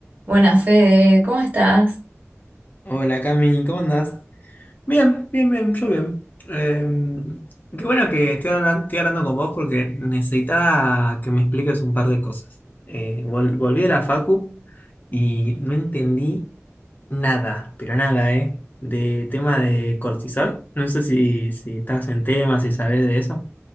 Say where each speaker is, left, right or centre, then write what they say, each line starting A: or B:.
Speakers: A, on the right; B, on the left.
A: Buenas, Fede, ¿cómo estás?
B: Hola Cami, ¿cómo andás? Bien, bien, bien, yo bien. Eh, qué bueno que estoy hablan- estoy hablando, con vos porque necesitaba que me expliques un par de cosas. Eh, vol- volví de la facu y no entendí nada, pero nada, ¿eh? De tema de cortisol. No sé si, si estás en tema, si sabes de eso.